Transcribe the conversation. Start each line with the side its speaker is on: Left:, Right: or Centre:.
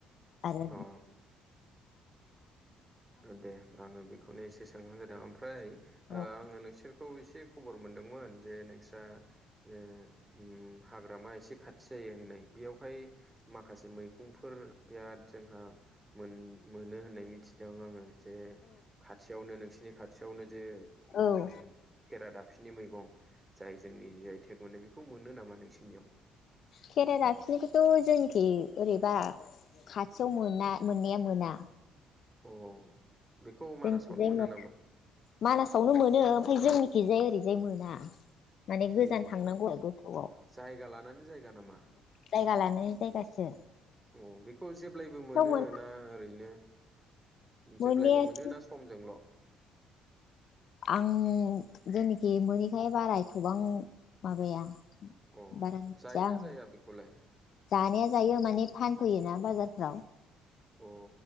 Left: आरो
Right: अ उम दे आङो बेखौनो एसे सोंहां जादों ओमफ्राय
Left: औ
Right: ओ आंङो नोंसोर खौ एसे खबर मोनदोंमोन जे नोंस्रा ओ उम हाग्रामा एसे खाथि जायो। होननाय बेयावहाय माखासे मैगंफोर बिराद जोंहा मोन मोनो होननाय मिथिदों आङो। जे खाथियावनो नोंसिनि खाथियावनो जे उम
Left: औ औ
Right: खेरा दाबफनि मैगं जाय जोंनि जाय टेग मोननाय बेखौ मोनो नामा नोंसिनियाव
Left: खेरा दाफिनिखौथ' जोंनोखि ओरैबा खाथियाव मोना मोननाया मोना
Right: अ बेखौ मानासावनो
Left: जोंनिखिजाय
Right: मोनो
Left: मोना
Right: नामा?
Left: मानासावनो मोनो ओमफ्राय जोंनिखिजाय ओरैजाय मोना माने गोजान
Right: ए
Left: थांनांगौ आरो गोथौआव
Right: जायगा लानानै जायगा नामा
Left: जायगा लाना जायगासो
Right: अ बेखौ जेब्लायबो मोनो
Left: थेव मोना
Right: ना ओरैनो
Left: मोननायाथ'
Right: जेब्लायबो मोनो ना समजोंल'
Left: आं जेनोखि मोनोैखाय बाराय एथबां माबाया
Right: अ
Left: बारा मिथिया
Right: जायोना
Left: आङो
Right: जाया बेखौलाय
Left: जानाया जायो माने फानफैयोना बाजारफ्राव
Right: अ